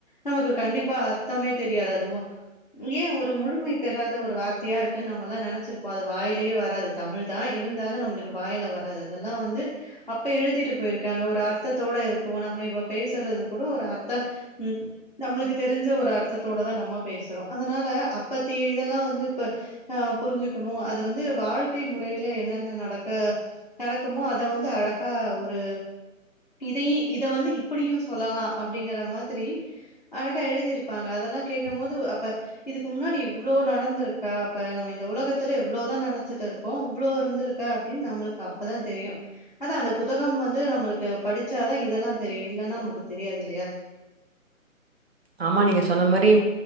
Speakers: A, on the left; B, on the right.
A: நமக்கு கண்டிப்பா அர்த்தமே தெரியாது அது ஏ ஒரு முழுமை பெறாத ஒரு வார்த்தையா இருக்கு நம்மல்லா நெனைச்சிருப்போ அது வாயிலேயே வராது தமிழ் தா இருந்தாலு நம்மளுக்கு வாயில வர அது அதெல்லா வந்து அப்ப எழுதிட்டு போய்ருக்காங்க ஒரு ஆர் த்தத்தோட இருக்கு நம்ம இப்ப பேசறது கூட ஒரு அர்த்த ம் நம்மளுக்கு தெரிஞ்ச ஒரு அர்த்தத் தோட தா நம்ம பேசுறோ அதனால அப்பத்திய இதெல்லா வந்து இப்ப ஆ புரிஞ்சுக்கனு அது வந்து வாழ்க்கை முறையில என்னென்ன நடக்க நடக்குமோ அத வந்து அழகா ஒரு இதையு இத வந்து இப்படியு சொல்லலா அப்படிங்கற மாதிரி அழகா எழுதிருப்பாங்க அதெல்லா கேக்க போது அப்ப இதுக்கு முன்னாடி இவ்ளோ நடந்துருக்கா அப்ப நம்ம இந்த உலகத்தில இவ்ளோ தா நெனச்சிட் இருக்கோ இவ்ளோ இருந்துருக்கா அப்டின் நம்ளுக் அப் தா தெரியு அதா அந்த புத்தக உலகம் வந்து நம்மளுக்கு படிச்சாதா இதெல்லா தெரியு இல்லனா நமக்கு தெரியாது இல்லையா
B: ஆமா நீங்க சொன்ன மாரி